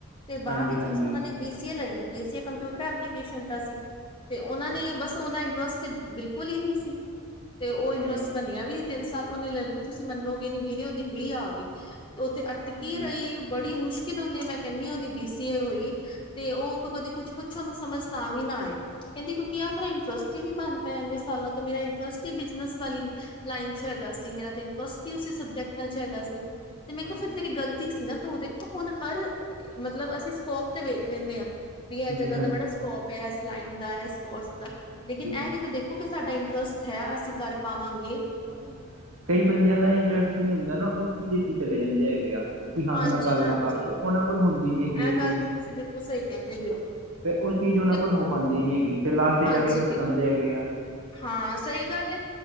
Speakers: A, on the left; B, on the right.
A: ਤੇ
B: ਹਾਂਜੀ
A: ਬਾਦ 'ਚ
B: ਹਾਂਜੀ
A: ਉਹਨਾਂ
B: ਹਾਂਜੀ ਇਹ ਤਾਂ ਹੈਗਾ ਹਾਂਜੀ ਹਾਂਜੀ ਹਾਂਜੀ ਹਾਂਜੀ
A: ਨੇ ਬੀ ਸੀ ਏ ਲੈ ਲਈ ਬੀ ਸੀਏ ਕੰਪਿਊਟਰ ਐਪਲੀਕੇਸ਼ਨ ਸੀ। ਤੇ ਉਹਨਾਂ ਨੇ
B: ਹਾਂਜੀ
A: ਬਸ
B: ਹਾਂਜੀ
A: ਉਹ ਦਾ ਇੰਟਰਸਟ ਬਿਲਕੁਲ ਹੀ ਨਹੀਂ ਸੀ। ਤੇ
B: ਹਾਂਜੀ
A: ਉਹ ਇੰਟਰਸਟ
B: ਹਾਂਜੀ ਹਾਂਜੀ
A: ਬਣਿਆ ਵੀ ਨੀ ਤਿੰਨ ਸਾਲ, ਉਹਨੇ ਲੈ ਲਈ ਤੁਸੀਂ ਮੰਨੋਗੇ ਨ ਵੀਰੇ ਉਹਦੀ ਰੀ ਆ ਗਈ। ਉਹਥੇ ਅਟਕੀ
B: ਹਾਂਜੀ
A: ਰਹੀ ਬੜੀ ਮੁਸ਼ਕਿਲ ਉਹਨੇ ਮੈਂ ਕਹਿੰਨੀ ਹ ਉਹਦੀ ਬੀ ਸੀ ਏ ਹੋਈ। ਤੇ ਉਹ ਕਦੇ ਕੁਛ- ਕੁੱਛ ਉਹਨੂੰ ਸਮਝ ਤਾਂ ਵੀ ਨਾ ਆਏ ਕਹਿੰਦੀ ਕਿਉਂਕਿ ਯਾਰ ਮੇਰਾ ਇੰਟਰਸਟ ਅਸੀ ਵੀ ਬਣ ਪਏ ਇੰਨੇ ਸਾਲਾਂ ਤੋਂ ਮੇਰਾ ਇੰਟਰਸਟ ਹੀ ਬਿਜਨਸ ਵਾਲੀ ਲਾਈਨ 'ਚ
B: ਹਾਂਜੀ
A: ਹੈਗਾ ਸੀ
B: ਹਾਂਜੀ
A: ਮੇਰਾ ਤੇ ਇੰਟਰਸਟ ਉਸੇ ਸਬਜੈਕਟਾਂ 'ਚ ਹੈਗਾ ਸੀ ਤੇ
B: ਹਾਂਜੀ
A: ਮੈਂ ਕਿਹਾ ਫਿਰ ਤੇਰੀ ਗਲਤੀ ਸੀ ਨਾ ਤੂੰ ਉਹਦੇ ਹੁਣ ਹਰ ਮਤਲਬ ਅਸੀਂ ਸਕੋਪ ਤੇ ਵੇਖ ਲੈਂਣੇ ਹਾਂ ਵੀ ਇਹ ਜਗ੍ਹਾ
B: ਹਾਂਜੀ
A: ਦਾ ਬੜਾ ਸਕੋਪ ਇਸ ਲਾਈਨ ਦਾ ਇਸ ਕੋਰਸ
B: ਹਾਂਜੀ
A: ਦਾ
B: ਹਾਂਜੀ
A: ਲੇਕਿਨ ਇਹ ਵੀ ਤਾ ਦੇਖ ਕਿਉਂਕਿ ਸਾਡਾ ਇੰਟਰਸਟ ਹੈ ਅਸੀਂ ਕਰ ਪਾਵਾਂਗੇ।
B: ਹਾਂਜੀ- ਹਾਂਜੀ ਕਈ ਬੰਦਿਆਂ ਦਾ ਇੰਟਰਸਟ ਨਹੀਂ ਹੁੰਦਾ ਨਾ ਉਸ ਚੀਜ਼ ਚਲੇ ਜਾਂਦੇ ਹੈਗੇ ਆ। ਕਿ ਹਾਂ
A: ਹਾਂਜੀ
B: ਮੈਂ ਕਰ
A: ਹਾਂਜੀ
B: ਲਾਂਗਾ ਫਿਰ ਉਹਨਾਂ ਕੋਲ ਹੁੰਦ ਨਹੀਂ ਹੈਗੀ
A: ਇਹ
B: ਉਹ
A: ਗੱਲ
B: ਚੀਜ਼
A: ਤਾਂ ਤੁਸੀਂ ਬਿਲਕੁਲ ਸਹੀ ਕਹਿੰਦੇ ਪਏ ਹੋ।
B: ਫੇਰ ਉਹ ਚੀਜ਼ ਉਹਨਾਂ
A: ਦੇਖੋ
B: ਕੋਲ ਹੋ ਪਾਉਂਦੀ ਨੀ ਹੈਗੀ ਫੇਰ ਲਾਸਟ
A: ਹਾਂਜੀ
B: ਜਾ ਕੇ ਪਛਤਾਉਂਦੇ
A: ਬਿ-
B: ਹੈਗੇ ਆ।
A: ਹਾਂ ਸਹੀ ਗੱਲ ਏ